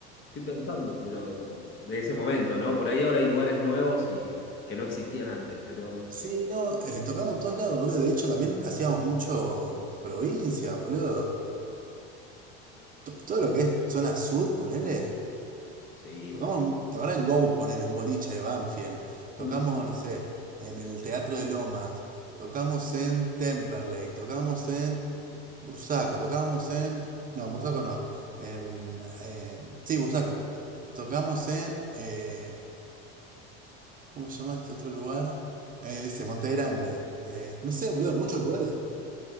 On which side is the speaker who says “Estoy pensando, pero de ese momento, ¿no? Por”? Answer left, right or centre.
Left